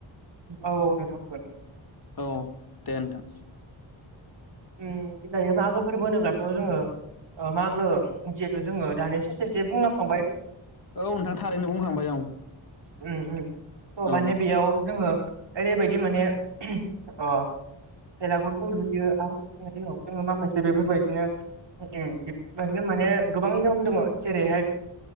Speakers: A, on the right (about 60°); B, on the left (about 50°).
A: औ औ नोंथाङाबो
B: औ दे नोंथां
A: जों दायो मागो फोरबो होनोब्लाथ' जोङो ओ मागो जिहेथु जोङो दानि ससेससे बुंलांखांबाय
B: औ नोंथां थारैनो बुंखांबाय औ
A: ओम ओम थ'
B: औ
A: माने बेयाव जोङो ओरैबायदि माने अ बेलागुरखौ लुयो आरो लुांनायनि उनाव जोङो माखासे बेफोरबायदिनो बेफोरबायदिनो मे <unintelligible> बे गोबां निअम जेरैहाय